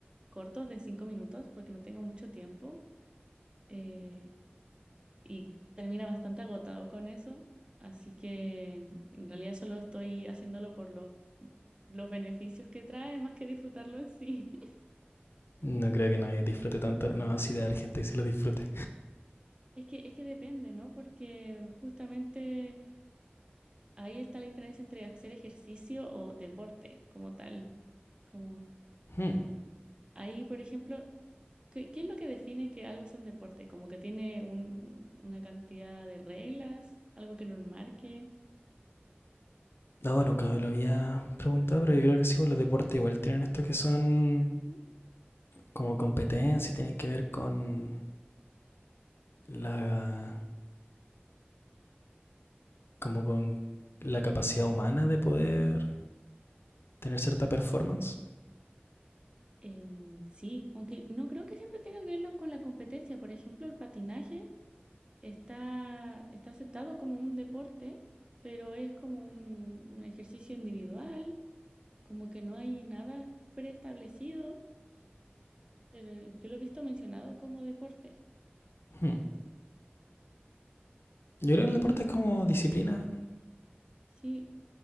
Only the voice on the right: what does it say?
cortos de cinco minutos porque no tengo mucho tiempo eh, y termina bastante agotado con eso. Así que en realidad solo estoy haciéndolo por los, los beneficios que trae más que disfrutarlo en sí. <laughs>
Es que, es que depende, ¿no? Porque justamente... Ahí está la diferencia entre hacer ejercicio o deporte como tal. Como
ahí, por ejemplo, ¿qué, qué es lo que define que algo es un deporte? Como que tiene un- un- una cantidad de reglas, algo que lo enmarque.
Em, sí, aunque no creo que siempre tenga que verlo con la competencia. Por ejemplo, el patinaje está, está aceptado como un deporte, pero es como un un ejercicio individual, como que no hay nada preestablecido. Eh, yo lo he visto mencionado como deporte.
Sí,